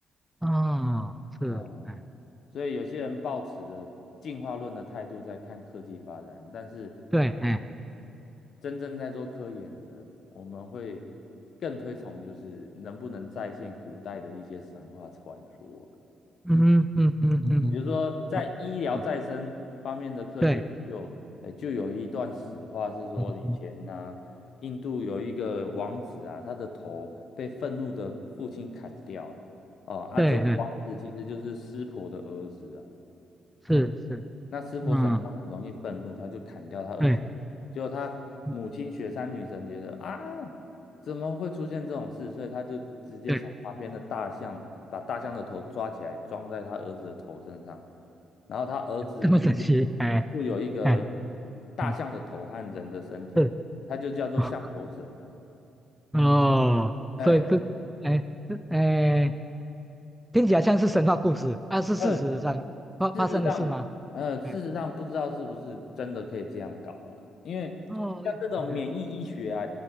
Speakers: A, in the centre; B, on the left (about 65°).
A: 哦，是，
B: 嗯，
A: 哎，
B: 所以有些人抱持着进化论的态度在看科技发展，但是
A: 对，哎，
B: 真正在做科研的，我们会更推崇就是能不能再现古代的一些神话传说啊。
A: 嗯嗯嗯嗯嗯，
B: 比如说在医疗再生方面的科学研究，
A: 好嗯对，
B: 呃，就有一段史话是说，
A: 嗯嗯
B: 以前呢、印度有一个王子啊，他的头被愤怒的父亲砍掉，哦，啊，
A: 对对，
B: 这位王子其实就是湿婆的儿子啊，
A: 是是，
B: 哎、那湿婆神他很容易愤怒，
A: 嗯，
B: 他就砍掉他儿子。
A: 对
B: 结果他母亲雪山女神觉得啊，
A: 嗯
B: 怎么会出现这种事？所以他就直接从旁边的大象把大象的头抓起来，
A: 对，
B: 装在他儿子的头身上。然后他儿子
A: 这么神奇，哎
B: 就有一个
A: 哎
B: 大象的头和人的身体，
A: 哎，是。
B: 他就叫做象头神了。
A: <laughs> 哦，
B: 哎，
A: 所以这，哎，这，哎，听起来像是神话故事，啊，是事实上发发生的事吗？
B: 嗯。事实上，呃，事实上不知道是不是真的可以这样搞啦，
A: 哎，
B: 因为像这种免疫医学啊，
A: 哦，哎，